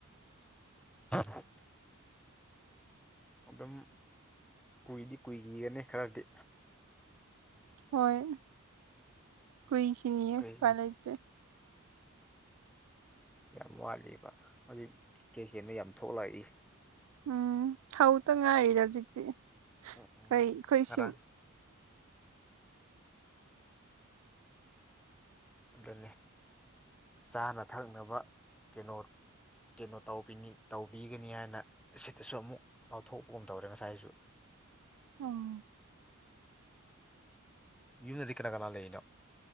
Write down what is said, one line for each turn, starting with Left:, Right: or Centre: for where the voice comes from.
Centre: ꯎꯝ ꯑꯗꯨꯝ ꯀꯨꯏꯗꯤ ꯀꯨꯏꯈꯤꯒꯅꯤ ꯈꯔꯗꯤ
Right: ꯍꯣꯏ ꯀꯏꯁꯤꯅꯤꯦ
Centre: ꯀꯩ
Right: ꯀꯂꯦꯇ
Centre: ꯌꯥꯝ ꯋꯥꯠꯂꯤꯕ ꯍꯧꯖꯤꯛ ꯀꯩꯀꯩꯅꯣ ꯌꯥꯝ ꯊꯣꯛꯂꯛꯏ
Right: ꯎꯝ ꯍꯧꯇ ꯉꯥꯏꯔꯤꯗ ꯍꯧꯖꯤꯛꯇꯤ
Centre: ꯑꯣ ꯑꯣ
Right: ꯀꯩ ꯑꯩꯈꯣꯏ
Centre: ꯉꯔꯥꯡ
Right: ꯁꯤ
Centre: ꯑꯗꯨꯅꯤ ꯆꯥꯅ ꯊꯛꯅꯕ ꯀꯩꯅꯣ ꯀꯩꯅꯣ ꯇꯧꯕꯤꯅꯤ ꯇꯧꯕꯤꯒꯅꯤ ꯍꯥꯏꯅ ꯑꯁꯤꯗꯁꯨ ꯑꯃꯨꯛ ꯂꯧꯊꯣꯛꯄꯒꯨꯝ ꯇꯧꯔꯦ ꯉꯁꯥꯏꯁꯨ
Right: ꯑꯣ
Centre: ꯌꯨꯝꯗꯗꯤ ꯀꯅꯥ ꯀꯅꯥ ꯂꯩꯔꯤꯅꯣ